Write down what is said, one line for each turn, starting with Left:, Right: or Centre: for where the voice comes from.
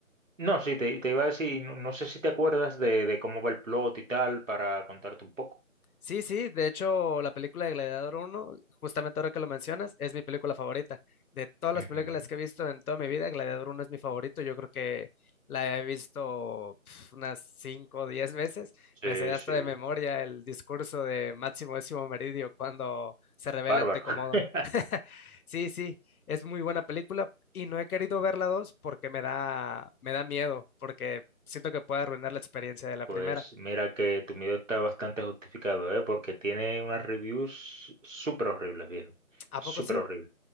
Right: no, sí, te, te iba a decir, no, no sé si te acuerdas de, de cómo va el plot y tal, para contarte un poco.
Left: Sí, sí, de hecho, la película de Gladiador uno, justamente ahora que lo mencionas, es mi película favorita. De todas
Right: Ujú.
Left: las películas que he visto en toda mi vida, Gladiador uno es mi favorito. Yo creo que la he visto pf, unas 5 o 10 veces. Me
Right: Sí,
Left: sé hasta
Right: sí,
Left: de memoria el discurso de Máximo Décimo Meridio cuando se revela
Right: bárbaro.
Left: ante Comodo.
Right: <laughs>
Left: <laughs> Sí, sí, es muy buena película y no he querido ver la 2 porque me da, me da miedo, porque siento que puede arruinar la experiencia de la
Right: Pues
Left: primera.
Right: mira que tu miedo está bastante justificado, ¿eh? Porque tiene unas reviews súper horribles, viejo.
Left: ¿A
Right: Súper
Left: poco sí?
Right: horribles.